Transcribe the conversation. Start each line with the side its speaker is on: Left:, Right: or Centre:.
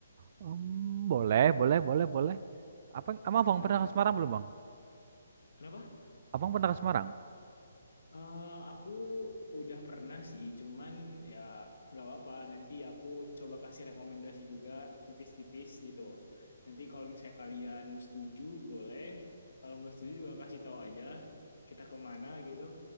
Right: Hmm, boleh, boleh, boleh, boleh. Apa, emang abang
Left: Nah,
Right: pernah ke
Left: oke.
Right: Semarang belum bang?
Left: Kenapa?
Right: Abang pernah ke Semarang?
Left: Eh, aku udah pernah sih, cuman ya nggak apa-apa. Nanti aku coba kasih rekomendasi juga tipis-tipis gitu. Nanti kalau misalnya kalian setuju, boleh. Kalau nggak setuju juga kasih tahu aja kita kemana gitu.